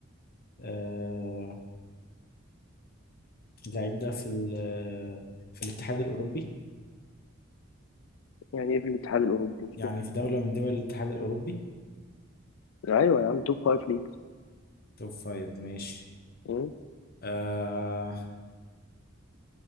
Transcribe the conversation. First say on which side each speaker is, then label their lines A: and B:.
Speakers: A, on the left; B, on the left.
A: آه اللعيب ده في ال آه، في الاتحاد الأوروبي
B: يعني ايه في الاتحاد الاوروبي مش
A: يعني
B: فاهم
A: في دولة من دول الاتحاد الأوروبي
B: ايوه يا عم توب فايف ليجز
A: توب فايف ماشي
B: مم،
A: آه